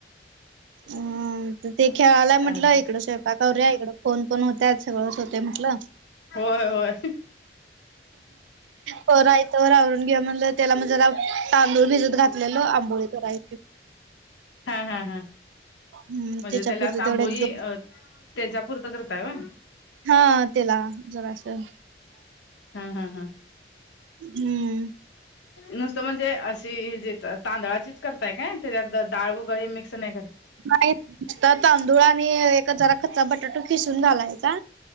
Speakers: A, on the right (about 80°); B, on the left (about 75°).
A: हम् ते खेळाला म्हटलं
B: असं
A: इकडं स्वयंपाकावर्या इकडं फोन पण होत्यात सगळंच होते म्हटलं
B: होय होय
A: करायचं रावरून घे म्हणलं त्याला मणजला तांदूळ भिजत घातलेलं आंबोळी करायची
B: हा हा हा
A: हम्म
B: म्हणजे
A: त्याच्यापुरती
B: त्यालांबोळी
A: तेवढं एक दोन
B: अ तेच्यापुरतं करताय व
A: हा तेला जरा असेल
B: हा हा हा
A: हम्म.
B: नुसतं म्हणजे अशी जेतात तांदळाचीच करताय काय त्याच्यात डाळ वगळी मिक्स नाही करत
A: नाही तांदूळ आणि एक जरा कच्चा बटाटो किसून घालायचा